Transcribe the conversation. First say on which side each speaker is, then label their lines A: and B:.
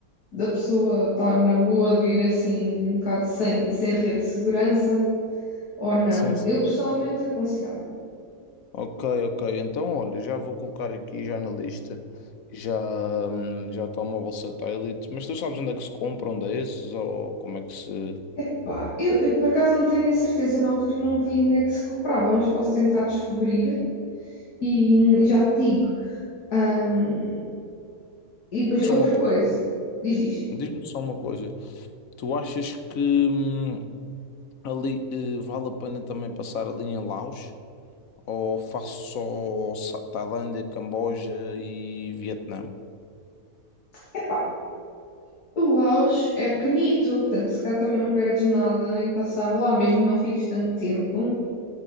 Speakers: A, on the left (about 80°); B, on the left (about 65°).
A: da pessoa estar na boa de ir assim um bocado sem, sem rede de segurança ou não.
B: Sim, sim.
A: Eu pessoalmente aconselhava.
B: Ok, ok. Então, olha, já vou colocar aqui já na lista, já, hum, já telemóvel satélite, mas tu sabes onde é que se compra, onde é esses, ou como é que se...
A: Epá, eu, eu por acaso não tenho a certeza, na altura não vi onde é que se comprava, mas posso tentar descobrir e hum, já te digo. Ahm, e depois
B: Diz-me
A: outra
B: Só uma coisa,
A: coisa, diz, diz.
B: diz-me só uma coisa, tu achas que hum, ali eh, vale a pena também passar ali em Laos, ou faço só Sa- Tailândia, Camboja e Vietnã?
A: Epá, O Auge é pequenito, portanto, se calhar também não perdes nada em passar lá, mesmo que não fiques tanto tempo.